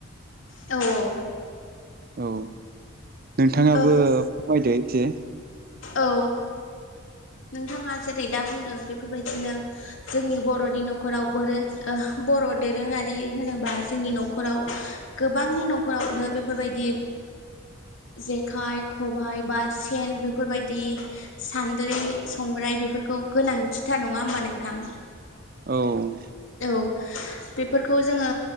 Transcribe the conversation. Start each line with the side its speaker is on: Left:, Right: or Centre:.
Left: औ
Right: औ नोंथाङाबो
Left: औ ओ
Right: फोरमायदो एसे
Left: औ नोंथाङा जेरै दा बुंदों बेफोरबायदिनो जोंनि बर' न'खाव बर' दोरोङारि होनोबा जोंनि न'खराव गोबांनि न'खरावनो बेफोरबायदि जेखाइ खबाय बा सेन बेफोरबायदि बिदि सान्द्रि संग्राय बेफोरखौ गोनांथिथार नङा होमबा नोंथां
Right: औ
Left: औ बेफोरखौ जोङो